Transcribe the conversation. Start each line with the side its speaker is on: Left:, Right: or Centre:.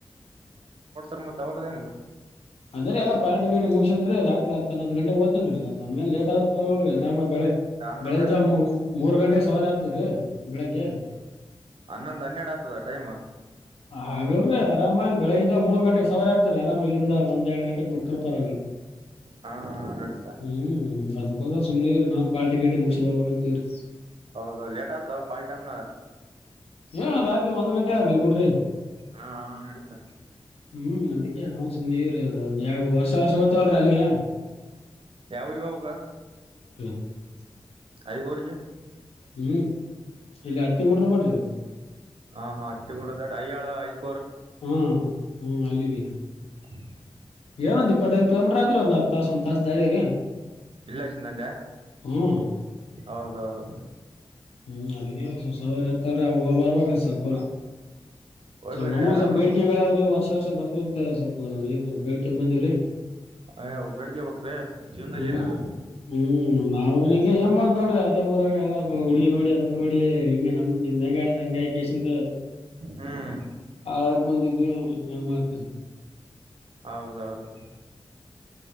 Right: ರ್ ಮತ್ ಅವ್ರದ್ದ ಹೆಂಗಗೆ
Left: ಅದ್ರ ಎಲ್ಲ ಪಾರ್ಟಿ ಗೇಡಿ ಮುಗಸನ್ ರಾತ್ರಿ ಹನ್ನೊಂದು ಗಂಟೆ ಹದ್ತನ್ ನಮ್ಗೆ ಲೇಟ್ ಆದ್ರರು ಪರಲ್ರಿ ಆರಾಮ ಬೆಳ
Right: ಹನ್ನೊಂದ್
Left: ಬೆಳಂಜ ಮೂರು ಗಂಟೆ ಸವಾರ ಆಗ್ತ ರೀ <unintelligible> ಬೆಳಿಗ್ಗೆ
Right: ಹನ್ನೊಂದ್ ಹನ್ನೆರಡು ಆಗ್ತದ ಟೈಮ್
Left: ಹಾಗಡ್ರಿ ಆರಾಮಾಗಿ ಬೆಳಗ್ಗಿಂದ ಮೂರು ಗಂಟೆ ಸಾವಾರ ಆಗ್ತ ಆರಾಮ ಬ <inaudible> ಎರಡ್ ಗಂಟೆಗೆ ಬಿಟ್ರ ಪರ
Right: ಹಾ ನಡೀತಾ
Left: ಹ್ಮ್ ಅದಕ್ಕೊ ಸುಮೇನೇರಿನಾವು ಪಾರ್ಟಿ ಗಿಟ್ಟಿಮುಗಿಸ್ಕೊಂಡು ಹೋಗ್ಬೇಕಂತೀವರಿ
Right: ಹೌದು ಲೇಟ್ ಆತದ ಪಾಲ್ ಟೈಮ್ ನ
Left: ಏ ರಾತ್ರಿ ಒಂದ್ ಗಂಟೆ ಆಗ್ಲಿ ಬಿಡ್ರಿ
Right: ಹಾ ನೆಡಿತಾ
Left: ಹ್ಮ್ ಅದಕ್ಕೆ ನಾ ಸುಮ್ನೆ ಯಾವು ವರ್ಷ ವರ್ಷ ಹೋಗ್ತವಲ್ರರಿ ಅಲ್ಲಿಗೆ
Right: ಯಾವ ಊರೀಗೆ ಹೋಗಬೇಕು
Left: <unintelligible>
Right: ಐಗೋರ್ಗೆ
Left: ಹ್ಮ್ ಇಲ್ಲಿ ಹತ್ತಿ ಕೊಡ್ರ ಮಾಡಡ್ರಿ ಹ
Right: ಹಾ ಹಾ ಹತ್ತ ಕೂಡದ ಐ ಆಯ್ತು
Left: ಹ್ಮ ಹ್ಮ್ ಅಲ್ಲಿಗೆ <inaudible>
Right: ಹ
Left: ಏನೊಂದ್ ಇಪ್ಪತ್ತೈದು ಕಿಲೋಮೀಟರ್ ಅರ್ಧ ತಾಸು ಒಂದ್ ತಾಸ ದಾರಿ ರೀ
Right: ಇಲ್ಲಸಿಂದಂದೆ
Left: ಹ್ಮ
Right: ಹೌದೌದು
Left: ಹ್ಮ್ ಅದಿಗೆ ಸಾವ ಆತ್ತಲ್ರಿ ಅವ ಬರ್ಬ್ರೀ ಸ್ವಲ್ಪ
Right: ಹೋಗ್ ಬರ್ರಿ
Left: ನಮ್ಮ
Right: ಆರಾಮ್
Left: ಸ್ವಲ್ ಬೇಡಿಕೆಗಳು ಆವ್ರಿ ವರ್ಷ ನೆಕ್ಸ್ಟ್ ವರ್ಷ ಬರ್ತವಿ ಅಂತ ಸ್ವಲ್ಪ ಬೇಡ್ಕೆ ಬಂದಿವವ್ರೀ
Right: ಅಯ್ಯೋ ಬೆಳಿಗ್ಗೆ ಬೇಕ್ರಿ ಜೀವನ್ದಾಗ
Left: ಹ್ಮ್
Right: ಏನದ
Left: ಹ್ಮ್ ನಾವು ನಿಂಗೆ ಏನ್ ಮಾಡ್ದ್ ನೋಡ್ರಿ ಅದೇ ಊರಾಗ ಎಲ್ಲ ನೋಡಿ ಅದು ನೋಡಿ ಹಿಂಗೆ ನಮ್ದು ನಿಮ್ದು ಹೆಂಗಾಯ್ ಹಂಗ
Right: ಹ್ಮ್
Left: <inaudible> ಕುಂದಿದ್ದಿ ಏನ್ ಮಾಡ್ತರಿ
Right: ಹೌದೌದು